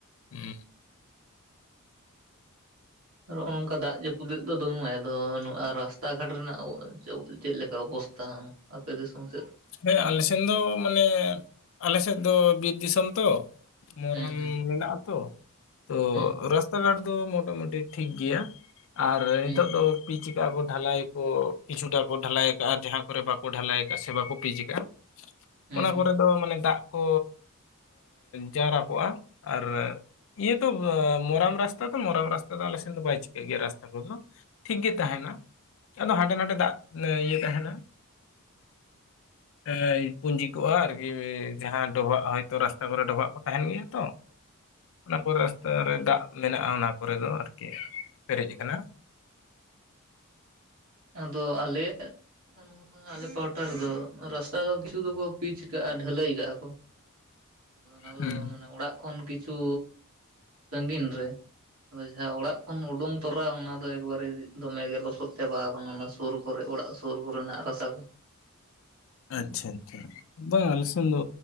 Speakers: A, on the left; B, on the right.
A: ᱦᱩᱸ
B: ᱟᱨ ᱱᱚᱜᱼᱚ ᱱᱚᱝᱠᱟ ᱫᱟᱜ ᱡᱟᱹᱯᱩᱫ ᱮᱫ ᱫᱚ ᱫᱚᱢᱮ ᱟᱫᱚ ᱱᱚᱣᱟ ᱨᱟᱥᱛᱟ ᱜᱷᱟᱴ ᱨᱮᱱᱟᱜ ᱪᱮᱫ ᱞᱮᱠᱟ ᱚᱵᱚᱥᱛᱟ ᱟᱯᱮ ᱫᱤᱥᱚᱢ ᱥᱮᱜ
A: ᱦᱮᱸ ᱟᱞᱮ ᱥᱮᱱ ᱫᱚ ᱢᱟᱱᱮ ᱟᱞᱮ ᱥᱮᱫ ᱫᱚ ᱵᱤᱨ ᱫᱤᱥᱚᱢ ᱛᱚ ᱢᱚᱨᱟᱢ
B: ᱦᱩᱸ ᱦᱩᱸ
A: ᱢᱮᱱᱟᱜ ᱟ ᱛᱚ ᱛᱚ
B: ᱦᱩᱸ
A: ᱨᱟᱥᱛᱟ ᱜᱷᱟᱴ ᱫᱚ ᱫᱚ ᱢᱚᱴᱟ ᱢᱩᱴᱤ ᱴᱷᱤᱠ ᱜᱮᱭᱟ ᱟᱨ ᱱᱤᱛᱚᱜ
B: ᱦᱩᱸ
A: ᱫᱚ ᱯᱤᱪ ᱰᱷᱟᱞᱟᱭ ᱠᱚ ᱠᱤᱪᱷᱩᱴᱟ ᱠᱚ ᱰᱷᱟᱞᱟᱭ ᱠᱟᱜᱼᱟ ᱟᱨ ᱡᱟᱦᱟᱸ ᱠᱚᱨᱮ ᱵᱟᱠᱚ ᱰᱷᱟᱞᱟᱭ ᱟᱠᱟᱜᱼᱟ ᱥᱮ ᱵᱟᱠᱚ ᱯᱤᱪ ᱠᱟᱜᱼᱟ
B: ᱦᱮᱸ
A: ᱚᱱᱟ
B: ᱦᱮᱸ
A: ᱠᱚᱨᱮ ᱫᱚ ᱢᱟᱱᱮ ᱫᱟᱜ ᱠᱚ ᱡᱟᱣᱨᱟ ᱠᱚᱜᱼᱟ ᱟᱨ ᱤᱭᱟᱹ ᱫᱚ ᱢᱚᱨᱟᱢ ᱨᱟᱥᱛᱟ ᱛᱚ ᱢᱚᱨᱟᱢ ᱨᱟᱥᱛᱟ ᱫᱚ ᱟᱞᱮ ᱥᱮᱱ ᱫᱚ ᱵᱟᱭ ᱪᱤᱠᱟᱹᱜ ᱜᱮᱭᱟ ᱨᱟᱥᱛᱟ ᱠᱚᱫᱚ ᱴᱷᱤᱠᱜ ᱜᱮ ᱛᱟᱦᱮᱸᱱᱟ ᱟᱫᱚ ᱦᱟᱸᱰᱮ ᱱᱟᱰᱮ ᱫᱟᱜ ᱢᱟᱱᱮ ᱤᱭᱟᱹ ᱛᱟᱦᱮᱸᱱᱟ᱾ ᱮᱸ ᱯᱩᱸᱡᱤ ᱠᱚᱜᱼᱟ ᱟᱨᱠᱤ ᱡᱟᱦᱟᱸ ᱰᱚᱵᱷᱟᱜ ᱦᱚᱭᱛᱳ ᱨᱟᱥᱛᱟ ᱠᱚᱨᱮ ᱰᱚᱵᱷᱟᱜ ᱠᱚ ᱛᱟᱦᱮᱸᱱ ᱜᱮᱭᱟ ᱛᱚ᱾ ᱚᱱᱟ ᱠᱚ ᱨᱟᱥᱛᱟ ᱨᱮ ᱫᱟᱜ ᱢᱮᱱᱟᱜᱼᱟ ᱚᱱᱟ ᱠᱚᱨᱮ ᱫᱚ ᱟᱨᱠᱤ ᱯᱮᱨᱮᱡ ᱠᱟᱱᱟ
B: ᱟᱫᱚ ᱟᱞᱮ ᱱᱚᱣᱟ ᱟᱞᱮ ᱯᱟᱦᱴᱟ ᱨᱮᱫᱚ ᱨᱟᱥᱛᱟ ᱫᱚ ᱠᱤᱪᱷᱩ ᱫᱚᱠᱚ ᱯᱤᱪ ᱠᱟᱜᱼᱟ ᱰᱷᱟᱹᱞᱟᱹᱭ ᱠᱟᱜᱼᱟ ᱠᱚ ᱚᱱᱟ ᱫᱚ
A: ᱦᱩᱸ
B: ᱢᱟᱱᱮ ᱚᱲᱟᱜ ᱠᱷᱚᱱ ᱠᱤᱪᱷᱩ ᱥᱟᱹᱜᱤᱧ ᱨᱮ ᱡᱟᱦᱟᱸ ᱚᱲᱟᱜ ᱠᱷᱚᱱ ᱩᱰᱩᱝ ᱛᱚᱨᱟ ᱚᱱᱟ ᱫᱚ ᱮᱠᱵᱟᱨᱮ ᱫᱚᱢᱮ ᱜᱮ ᱞᱚᱥᱚᱫ ᱪᱟᱵᱟ ᱚᱱᱟ ᱥᱩᱨ ᱠᱚᱨᱮᱜ ᱚᱲᱟᱜ ᱥᱩᱨ ᱠᱚ ᱨᱮᱱᱟᱜ ᱨᱟᱥᱟ ᱠᱚ
A: ᱟᱪᱪᱷᱟ ᱟᱪᱪᱷᱟ ᱵᱟᱝ ᱟᱞᱮ ᱥᱮᱱ ᱫᱚ